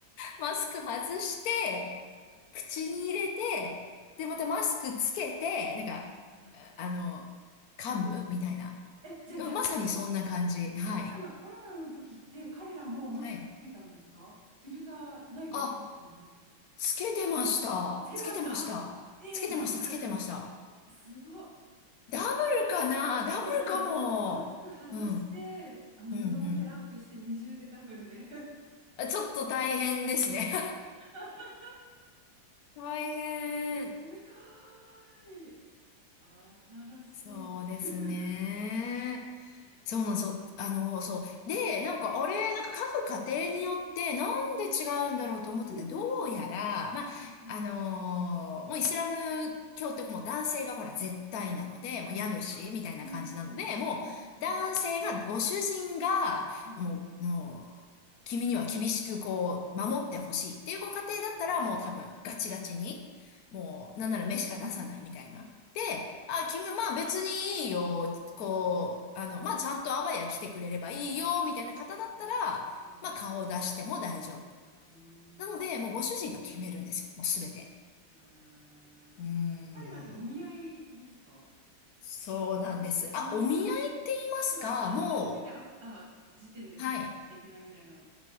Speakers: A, on the left; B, on the right.
A: マスク外して、口に入れて、で、またマスクつけて、なんか、
B: はいはいはいうんあ確かに <laughs> 確かにはあうんうんうんうん
A: あの、噛むみたいな。
B: うんうんピロってああ大変ああありましたね <laughs> 確ああえもうはいはいはいえじゃあ逆に、
A: うんまさにそんな感じ。はい。
B: コロナの、コロナの時って彼らもマスクつけたんですかフィルターないといけないですもんね
A: はい。あ、つけてました。
B: つけてました
A: つけてました。
B: えー、
A: つけてました、
B: ダブルってことすごっ。
A: つけてました。ダブルかなダブルかも。
B: え、じゃあ、マ、マスク外して、
A: うん。
B: あの布もペラってして二重でダブルで。
A: うん、うん。あちょっと大変ですね。
B: <laughs>
A: <laughs> 大変。
B: すごい。新しい。
A: そうですね。
B: <laughs> はあ。
A: そうなんですよ。あの、そう。で、なんか、あれ、なんか各家庭によって、なんで違うんだろうと思ってた。
B: うんうんうんうんうん
A: どうやら、まあ、
B: うんうん。
A: あのーもうイスラム教ってもう男性がほら絶対なので、
B: はいはいはい。
A: もう家主みたいな感じなので、
B: うんうんうんうん
A: もう男性が、ご主人が、
B: うん。
A: もう、もう、君には厳しくこう、守ってほしいっていうご家庭だったら、
B: えーう
A: もう多分ガチガチに、もう、なんなら目しか出さないみたいな。
B: ん
A: で、あ、君、まあ別にいいよ、こう、あの、まあちゃんとあわや来てくれればいいよ、みたいな方だったら、
B: うんうん
A: まあ顔を出しても大丈夫。
B: うん
A: なので、もうご主人が決めるんですよ、もうすべて。
B: えー、
A: うーん。
B: え彼らってお見合いですか
A: そうなんです。あ、
B: うーん。
A: お見合いって言いますかも
B: なんか、はじ、初めて会った時点で結婚しなきゃいけないみたいな。
A: う、はい。